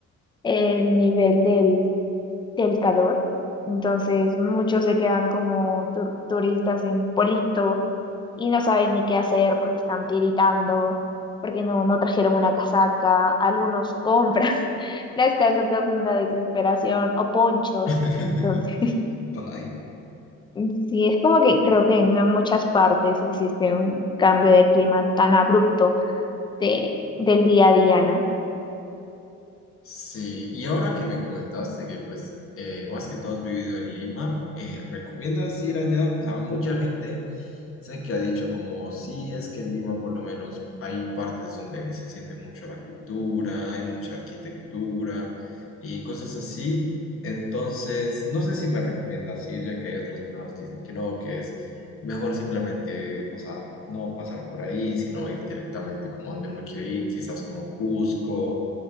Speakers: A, on the left (about 15°); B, on the left (about 45°).
A: el nivel del, del calor. Entonces muchos se quedan como tur- turistas en Polito y no saben ni qué hacer porque están tiritando, porque no, no trajeron una casaca. Algunos compran <laughs> las casacas en la desesperación o ponchos.
B: <laughs>
A: Entonces,
B: Bye.
A: <laughs> sí, es como que creo que no en muchas partes existe un cambio de clima tan abrupto de, del día a día, ¿no?
B: Sí, y ahora que me comentaste que pues eh, más que todo has vivido en Lima, eh, ¿recomiendas ir allá? O sea, mucha gente sé que ha dicho como sí, es que en Lima por lo menos hay partes donde se siente mucho la cultura, hay mucha arquitectura y cosas así. Entonces, no sé si me recomiendas ir, ya que hay otras personas que dicen que no, que es mejor simplemente, o sea, no pasar por ahí, sino ir directamente como donde uno quiere ir, quizás como Cusco